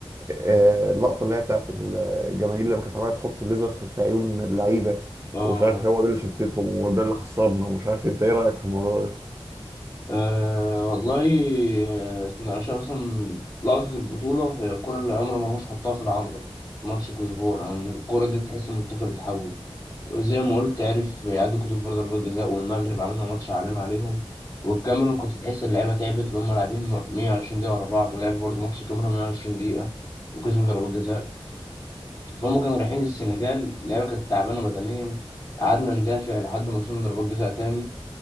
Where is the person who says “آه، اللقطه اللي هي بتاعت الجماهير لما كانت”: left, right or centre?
Right